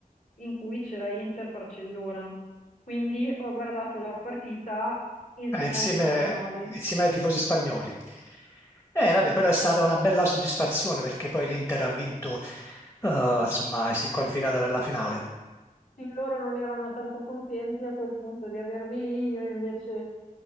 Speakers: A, on the left; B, on the left.
A: in cui c'era Inter-Barcellona. Quindi ho guardato la partita insieme
B: Eh, insieme,
A: agli spagnoli.
B: insieme ai tifosi spagnoli. Eh, vabbè, però è stata una bella soddisfazione perché poi l'Inter ha vinto, eh, insomma, si è qualificata per la finale.
A: Sì, loro non erano tanto contenti a quel punto di avermi lì, io invece,